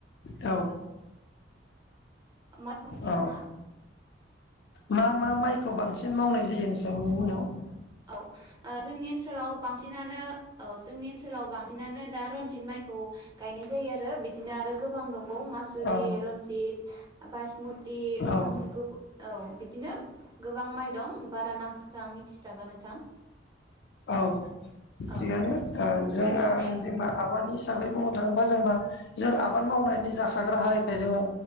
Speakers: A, on the left (about 60°); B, on the right (about 20°).
A: औ
B: मा होनो नोंथाङा
A: औ मा मा माइखौ बांसिन मावनाय जायो नों <unintelligible>
B: औ ओ जोंनि ओनसोलाव बांसिनानो औ जोंनि ओनसोलाव बांसिनानो दा रनजित माइखौ गायनाय जायो आरो बिदिनो आरो गो बां दंबावो मासुरि,
A: औ
B: रनजित, बाइसमुति
A: औ
B: अं गो औ दिनो गोबां माइ दं बारा नामफोरखौ आं मिथि जाबानो
A: औ
B: औ
A: थिगानो ओ जों आं
B: औ
A: जेनेबा आबादनि हिसाबै बुंनो थाङोबा जोंबा जों आबाद मावनायनि जाखाग्रा हारिखाय जोङो